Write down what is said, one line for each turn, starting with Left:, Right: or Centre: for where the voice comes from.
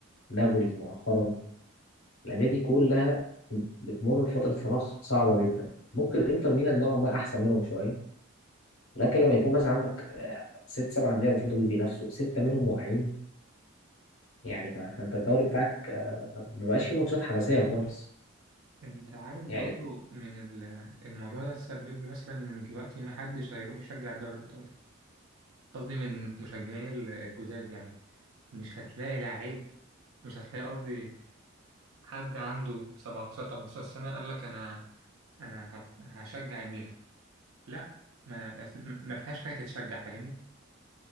Left: نابولي مؤخرا الانديه دي كلها بتمر بفتره فراغ صعبه جدا ممكن الانتر ميلان نوعا ما احسن منهم شويه لكن لما يكون مثلا عندك آه، ست سبع أندية المفروض اللي بينافسوا ستة منهم واقعين يعني ف- فأنت الدوري بتاعك آه، ما بقاش فيه ماتشات حماسية خالص
Right: انت عارف برضو
Left: يعني
Right: من ال- الموضوع ده تسبب مثلا ان دلوقتي ما حدش هيروح يشجع الدوري الايطالي قصدي من مشجعين ال- الجداد يعني مش هتلاقي لعيب مش هتلاقي قصدي حد عنده 17 18 سنة قال لك انا انا هت- هشجع الميلان لا ما ما فيهاش حاجة تتشجع فاهمني